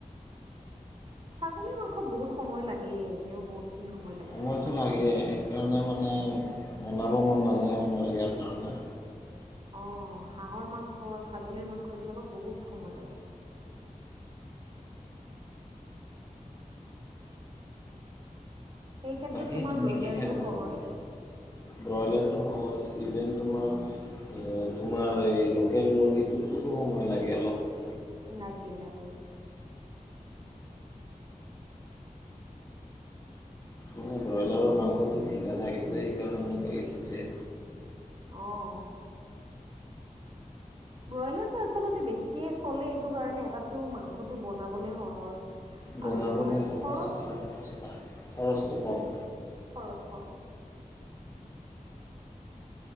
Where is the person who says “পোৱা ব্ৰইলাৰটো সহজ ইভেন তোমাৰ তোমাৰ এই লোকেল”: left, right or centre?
Left